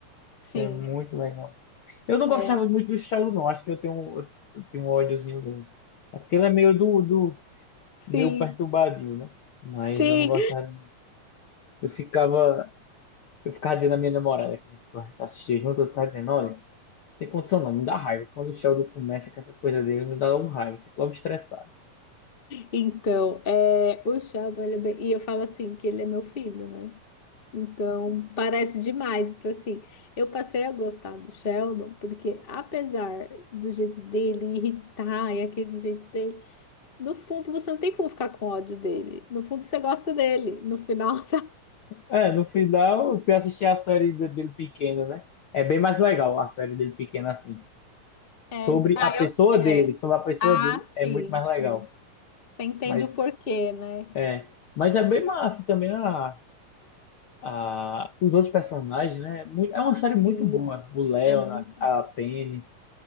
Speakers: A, on the left; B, on the left.
A: sim,
B: É muito legal. Eu não gostava
A: é.
B: muito do Saulo, não. Acho que eu tenho, um, eu tenho um ódiozinho dele. É porque ele é meio do, do
A: Sim,
B: meio perturbadinho, né? Mas
A: sim.
B: eu não gostava. Eu ficava, eu ficava dizendo à minha namorada que a gente gosta de assistir junto, eu ficava dizendo, olha, não tem condição não, me dá raiva. Quando o Sheldon começa com essas coisas dele, me dá um raiva, eu fico logo estressado.
A: Então, é, o Sheldon, ele é bem- e eu falo assim que ele é meu filho, né? Então, parece demais. Então, assim, eu passei a gostar do Sheldon, porque apesar do jeito dele irritar e aquele jeito dele, no fundo você não tem como ficar com ódio dele. No fundo você gosta dele. No final, <laughs> sabe?
B: É, no final eu fui assistir a série de- dele pequeno, né? É bem mais legal a série dele pequeno assim.
A: É,
B: Sobre
A: então- ah,
B: a pessoa
A: eu, é.
B: dele, sobre a pessoa
A: Ah,
B: dele
A: sim,
B: é muito mais
A: sim.
B: legal.
A: Você entende
B: Mas
A: o porquê, né?
B: É, mas é bem massa também a, a, os outros personagens, né? Muito- É uma série
A: Sim,
B: muito boa. O Leonard,
A: é muito,
B: a Penny,